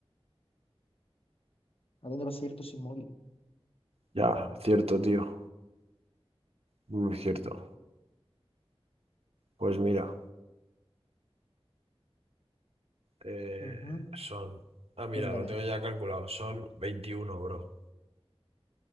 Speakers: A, on the left; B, on the right.
A: ¿A dónde vas a ir tú sin móvil?
B: Ya, cierto, tío. Muy cierto. Pues mira, Eh,
A: Ujú.
B: son... Ah, mira,
A: Cuéntame.
B: lo tengo ya calculado. Son veintiuno bro.